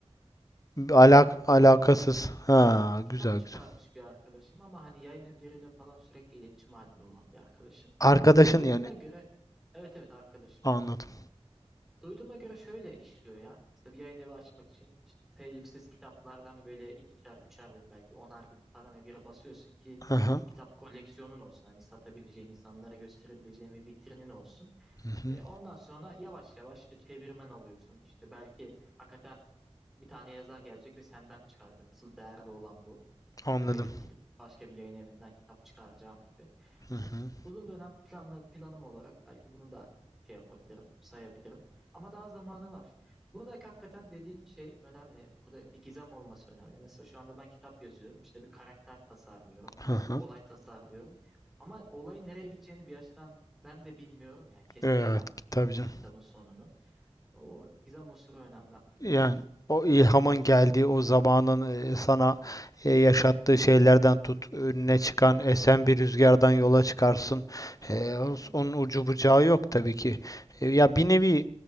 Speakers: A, in the centre; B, on the left.
A: Kanka
B: alak
A: kitabı
B: alakasız.
A: olan,
B: Ha,
A: kitap
B: güzel
A: çıkarmış
B: güzel.
A: bir arkadaşım ama hani yayın evleriyle falan sürekli iletişim halinde olan bir arkadaşım.
B: Arkadaşın
A: Hani duyduğuma
B: yani
A: göre evet evet arkadaşım.
B: anladım.
A: Duyduğuma göre şöyle işliyor ya. İşte bir yayın evi açmak için işte telifsiz kitaplardan böyle ikişer, üçer bin belki onar bin parana göre basıyorsun ki
B: Hı hı.
A: bir kitap koleksiyonun olsun. Hani satabileceğin, insanlara gösterebileceğin bir vitrinin olsun.
B: Hı hı.
A: E, ondan sonra yavaş yavaş işte çevirmen alıyorsun. İşte belki hakikaten bir tane yazar gelecek ve senden çıkaracak. Asıl değerli olan bu. Tıpkı
B: Anladım.
A: benim gidip başka bir yayın evinden kitap çıkaracağım gibi.
B: Hı hı.
A: Hani uzun dönem planlı planım olarak belki bunu da şey yapabilirim, sayabilirim. Ama daha zamanı var. Burada hakikaten dediğin şey önemli. Burada bir gizem olması önemli. Mesela şu anda ben kitap yazıyorum. İşte bir karakter tasarlıyorum.
B: Hı hı.
A: Olay tasarlıyorum. Ama olayın nereye gideceğini bir açıdan ben de bilmiyorum. Yani kestiremem
B: Evet, tabii canım.
A: kitabın sonunu. O gizem unsuru önemli hakikaten
B: Yani
A: ya.
B: o ilhamın geldiği o zamanın e, sana e, yaşattığı şeylerden tut önüne çıkan
A: Hı
B: esen
A: hı.
B: bir rüzgardan yola çıkarsın. E,
A: Hı hı.
B: onun ucu bucağı yok tabii ki. E, ya bir nevi